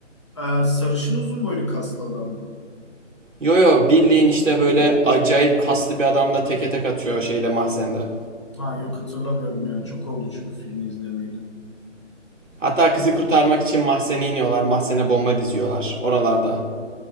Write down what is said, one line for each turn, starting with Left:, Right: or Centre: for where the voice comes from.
Left: Ee, sarışın uzun boylu kaslı adam mı?
Right: Yo yo Birliğin işte
Left: Kızım O
Right: böyle
Left: muydu?
Right: acayip kaslı bir adamla teke tek atıyor şeyde mahzende.
Left: Ha yok hatırlamıyorum yani. Çok oldu çünkü filmi izlemeyeli.
Right: Hatta kızı kurtarmak için mahzene iniyorlar. Mahzene bomba diziyorlar oralarda.